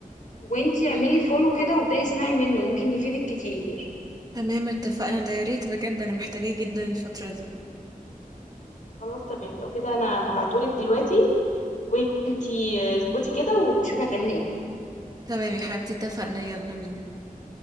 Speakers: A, on the left; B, on the right.
A: وانت اعملي فولو كده وابدأي اسمعي منه ممكن يفيدك كتير
B: تمام اتفقنا ده يا ريت بجد أنا محتاجاه جدا الفترة دي
A: خلاص تمام لو كده انا هبعتهولك دلوقتي وانتي آه، اظبطي كده وشوفي هتعملي ايه
B: تمام يا حبيبتي اتفقنا يلا بينا